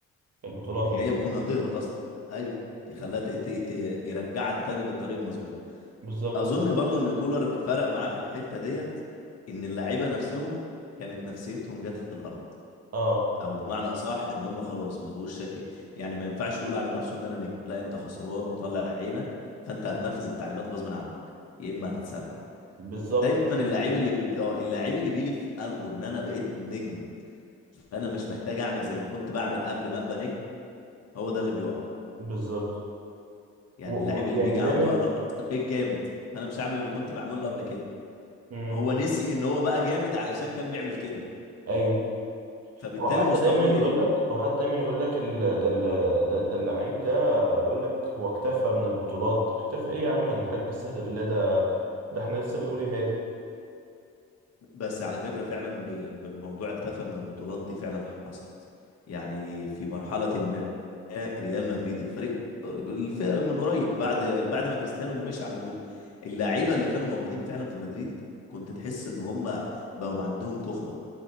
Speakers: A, on the right (about 55°); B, on the left (about 55°).
A: البطولات
B: ان
A: يعني
B: هي بتكون هتهبط اصلا ايوه يخليها
A: م.
B: ت... ت... ت... يرجعها تاني للطريق المظبوط
A: بالظبط
B: اظن برضو ان كولر فرق معاه في الحته ديت ان اللعيبه نفسهم كانت نفسيتهم جت في الارض
A: اه
B: او بمعنى اصح ان هم خلاص ما بقوش شايف ايه يعني ما ينفعش يقولوا على نفسه ان انا نجم لا انت خسران وطلع عينك فانت هتنفذ التعليمات غصب عنك يا اما هتتسرح
A: بالظبط
B: دايما اللاعب اللي بي... اه اللاعب اللي بيجي في قلبه ان انا بقيت نجم انا مش محتاج اعمل زي ما كنت بعمل قبل ما ابقى نجم هو ده اللي بيقع
A: بالظبط
B: يعني
A: و-
B: اللاعب
A: و-
B: اللي
A: يعني
B: بيجي عنده
A: دايما
B: انا خلاص أنا بقيت جامد فانا مش هعمل اللي كنت بعمله قبل كده
A: مم.
B: هو نسي ان هو بقى جامد علشان كان بيعمل كده
A: ايوه
B: فبالتالي
A: هو حتى
B: مستواه
A: دايما
B: بيقل
A: يقول لك هو حتى دايما يقول لك ال... ده ال... ده ده اللعيب ده يقول لك هو اكتفى من البطولات اكتفى ايه يا عم الحاج استهدى بالله ده ده احنا لسه بنقول يا هادي
B: بس على فكرة فعلا ب- ب- بموضوع اكتفى من البطولات دي فعلا حصلت يعني في مرحلة ما ريال مدريد الفريق الفريق من قريب بعد بعد ما كريستيانو ما مشي على طول اللعيبة اللي كانوا موجودين فعلا في مدريد كنت تحس ان هم بقوا عندهم تخمة